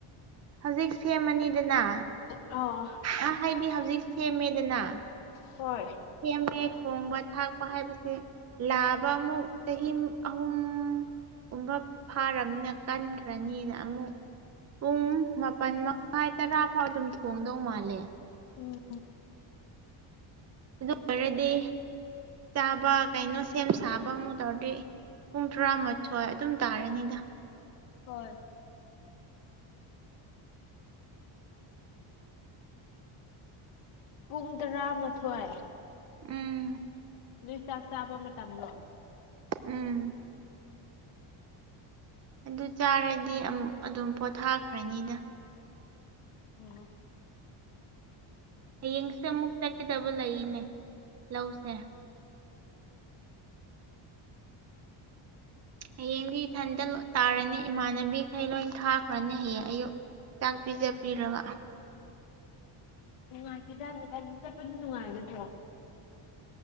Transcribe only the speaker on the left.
ꯑꯥ
ꯍꯣꯏ
ꯎꯝ
ꯍꯣꯏ ꯄꯨꯡ ꯇꯔꯥꯃꯥꯊꯣꯏ
ꯀꯔꯝꯕ ꯃꯇꯝꯗ ꯅꯣꯏꯒꯤ ꯆꯥꯛ ꯆꯥꯕ ꯃꯇꯝ ꯑꯣꯏꯒꯦ
ꯑꯣ
ꯅꯨꯡꯉꯥꯏꯇꯦꯗ ꯅꯊꯥꯟꯇ ꯆꯠꯄꯗꯨ ꯅꯨꯡꯉꯥꯏꯒꯗꯔꯣ